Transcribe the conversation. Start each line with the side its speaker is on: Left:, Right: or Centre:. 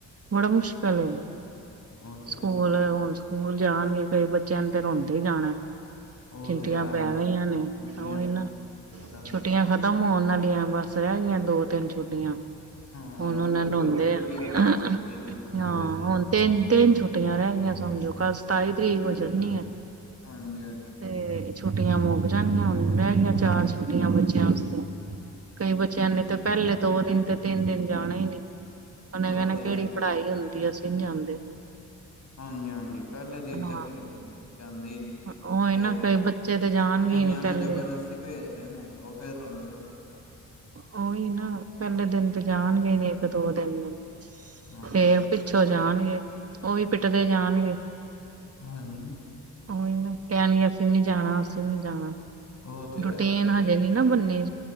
Right: ਬੜਾ ਮੁਸ਼ਕਿਲ ਐ‌।
Left: ਉਹ ਤੇ
Right: ਸਕੂਲ
Left: ਹੈ
Right: ਹੁਣ ਸਕੂਲ ਜਾਣਗੇ ਕਈ ਬੱਚਿਆਂ ਨੂੰ ਤੇ ਰੋਂਦੇ ਹੀ ਜਾਣਾ।
Left: ਉਹ
Right: ਚਿੰਟੀਆਂ
Left: ਤੇ ਹੈ
Right: ਪੈ
Left: ਹੁਣ
Right: ਗਈਆਂ ਨੇ
Left: ਛੁੱਟੀਆਂ
Right: ਤਾਂ ਉਹ ਈ ਨਾਂ,
Left: ਖਤਮ
Right: ਛੁੱਟੀਆਂ
Left: ਹੋ ਰਹੀਆਂ
Right: ਖ ਖਤਮ ਹੋਣ ਆਲੀਆਂ ਬਸ ਰਹਿ ਗਈਆਂ ਦੋ ਤਿੰਨ ਛੁੱਟੀਆਂ।
Left: ਹਾਂ
Right: ਹੁਣ ਉਹਨੇ
Left: ਤੇ ਭੁੱਲ
Right: ਰੋਦੇ
Left: ਭੁੱਲ
Right: ਆ,
Left: ਗਏ ਹੋਣੇ ਨੇ ਸਕੂਲ ਵੀ ਹੁੰਦੇ
Right: ਹਾਂ
Left: ਨੇ
Right: ਹੁਣ ਤਿੰਨ ਤਿੰਨ ਛੁੱਟੀਆਂ ਰਹਿ ਗਈ ਸਮਝੋਂ, ਕੱਲ ਸਤਾਈ ਤਰੀਕ ਹੋ ਜਾਂਨੀ ਐ।
Left: ਹਾਂਜੀ ਹਾਂਜ
Right: ਤੇ ਛੁੱਟੀਆਂ ਮੱਕ ਜਾਣੀਆਂ ਹੁਣ, ਰਹਿ ਗਈਆ ਚਾਰ ਛੁੱਟੀਆਂ ਬੱਚਿਆਂ ਵਾਸਤੇ। ਕਈ ਬੱਚਿਆਂ ਨੇ ਤੇ ਪਹਿਲੇ ਦੋ ਦਿਨ ਤੇ ਤਿੰਨ ਦਿਨ ਜਾਣਾ ਹੀ ਨੀ। ਉਹਨੇ
Left: ਉਹ
Right: ਕਹਿਣਾ
Left: ਤੇ
Right: ਕਿਹੜੀ
Left: ਹੈ
Right: ਪੜ੍ਹਾਈ ਹੁੰਦੀ ਐ ਅਸੀਂ ਨੀ ਜਾਂਦੇ।
Left: ਹਾਂਜੀ-ਹਾਂਜੀ, ਪਹਿਲੇ ਦਿਨ
Right: ਹਾਂ
Left: ਤੇ ਫੇਰ ਜਾਂਦੇ ਹੀ ਨੀ
Right: ਉਹੀ
Left: ਤੇ
Right: ਨਾ ਕਈ ਬੱਚੇ ਤੇ ਜਾਣਗੇ
Left: ਕਈਆਂ
Right: ਹੀ ਨੀ ਪਹਿਲੇ
Left: ਨੂੰ ਜ਼ਬਰਦਸਤੀ ਭੇਜਦੇ ਨੇ ਉਹ ਫੇਰ ਰੋਂਦੇ-ਰੋਂਦੇ
Right: ਉਹਈ ਨਾ ਪਹਿਲੇ ਦਿਨ ਤੇ ਜਾਣਗੇ ਨੀ ਇੱਕ ਦੋ ਦਿਨ
Left: ਹਾਜੀ।
Right: ਫੇਰ ਪਿੱਛੋਂ ਜਾਣਗੇ, ਉਹ ਵੀ ਪਿੱਟਦੇ ਜਾਣਗੇ।
Left: ਹਾਜੀ।
Right: ਉਹੀ ਨਾ ਕਹਿਨਗੇ ਅਸੀਂ ਨੀ ਜਾਣਾ ਅਸੀਂ ਨੀ ਜਾਣਾ,
Left: ਉਹ ਤੇ
Right: ਰੁਟੀਨ ਹਜੇ ਨੀ ਨਾ ਬੰਨੇ